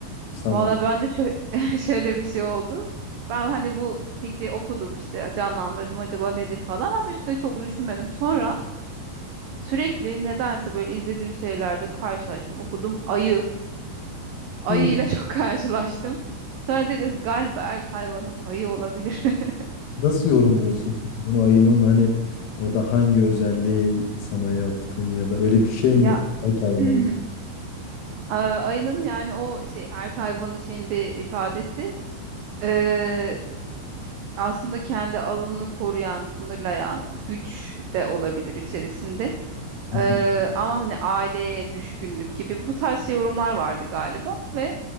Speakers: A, on the left; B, on the right.
A: Sen
B: Valla
A: bu
B: ben de şö- <laughs> şöyle bir şey oldu. Ben hani bu fikri okudum işte canlandırdım acaba nedir falan ama üstüne çok düşünmedim. Sonra sürekli nedense böyle izlediğim şeylerde karşılaştım okudum ayı. Ayıyla
A: Hı.
B: <laughs> çok karşılaştım. Sonra dedim galiba erkek hayvanım ayı olabilir. <laughs>
A: nasıl yorumluyorsun peki bunu ayının hani orada hangi özelliği sana yatkın ya da öyle bir şey
B: Ya
A: mi erk hayvanı?
B: <clears throat> A- ayının yani o şey erkek hayvanı şeyinde ifadesi Ee, aslında kendi alanını koruyan, sınırlayan güç de olabilir içerisinde.
A: <laughs>
B: Ee, ama hani aileye düşkünlük gibi bu tarz şey yorumlar vardı galiba ve